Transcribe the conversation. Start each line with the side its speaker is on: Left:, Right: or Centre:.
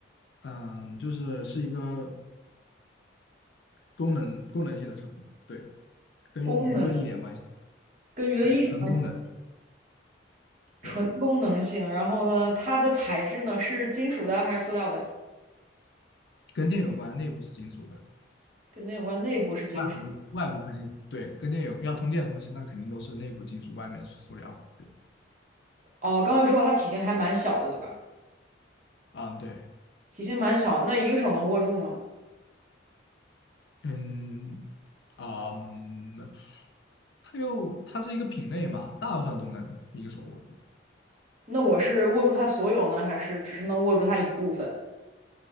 Left: 嗯，就是是一个功能功能性的产品，对，跟娱乐一点关系，
Right: 功能跟娱乐一点关系，
Left: 对，纯功能，
Right: 纯功能性。
Left: 对，
Right: 然后呢，它的材质呢是金属的还是塑料的？
Left: 跟电有关，内部是金属的，
Right: 跟那有关，内部是金属。
Left: 外部外部肯定对，跟电有要通电的东西，那肯定都是内部金属，外面是塑料，对，
Right: 哦，刚刚又说到它体型还蛮小的，对吧？
Left: 啊，对，
Right: 体型蛮小，那一个手能握住吗？
Left: 嗯，啊，嗯它又它是一个品类嘛，大部分都能一个手握住，
Right: 那我是握住它所有呢，还是只是能握住它一部分？